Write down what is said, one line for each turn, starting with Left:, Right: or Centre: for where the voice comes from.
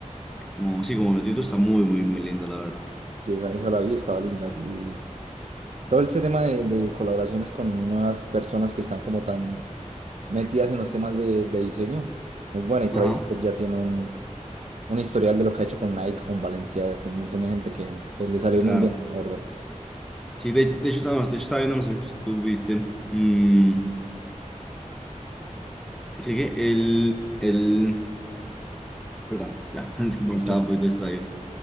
Centre: como, sí, como minutito, está muy, muy, muy linda, la verdad.
Right: Sí, esa, esa la vi, estaba linda. El- todo este tema de, de colaboraciones con nuevas personas que están como tan metidas en los temas de, de diseño es buena. Y Travis
Centre: Ajá.
Right: Scott ya tiene un, un historial de lo que ha hecho con Nike, con Valencia, con un montón de gente que, que le salió
Centre: Claro.
Right: muy bien, la verdad.
Centre: Sí, de, de hecho, no, de hecho, estaba viendo, no sé si tú viste. mm, ¿qué, qué? El, el. Perdón, ya, <laughs> disculpa,
Right: Ok.
Centre: me estaba un poquito distraído.